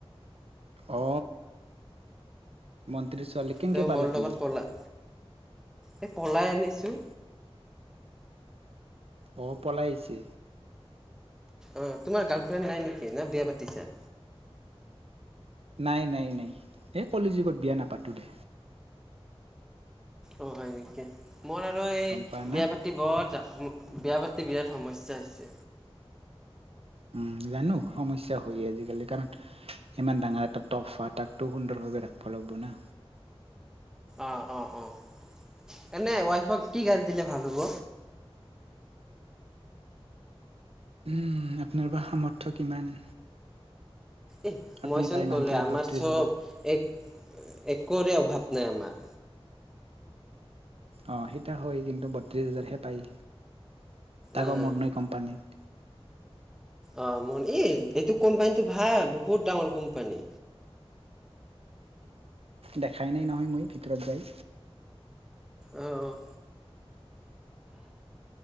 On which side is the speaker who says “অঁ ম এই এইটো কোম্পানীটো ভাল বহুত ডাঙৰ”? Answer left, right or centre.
Centre